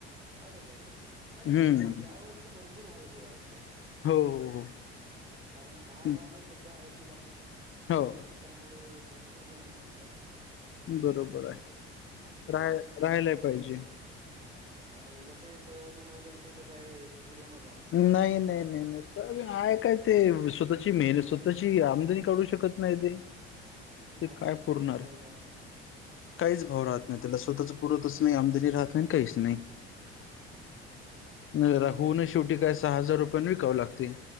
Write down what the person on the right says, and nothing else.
अरे बाबरे नाही
सध्या या वर्षी भरपूर हळदी वाढल्यात.
हो कारण भाव
आहे सध्या हळदीला.
त्याच्यामुळे भरपूर जणांनी लावले.
हा
आणि
हो ना हो ना आणि कसं सोयाबीन वगैरे तेिथ काय पूर्ण झालं.
हो ना हो ना
काय त्याला
भावच राही ना ना.
हां,
होा ना.